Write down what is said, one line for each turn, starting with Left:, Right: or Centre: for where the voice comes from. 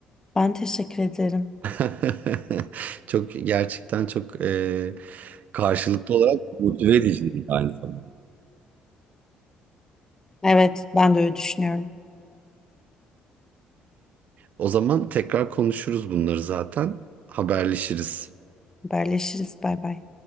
Left: Ben teşekkür ederim.
Right: <laughs> Çok gerçekten çok e, karşılıklı olarak motive ediciydi aynı zamanda.
Left: Evet, ben de öyle düşünüyorum.
Right: O zaman tekrar konuşuruz bunları zaten. Haberleşiriz.
Left: Haberleşiriz. Bay bay.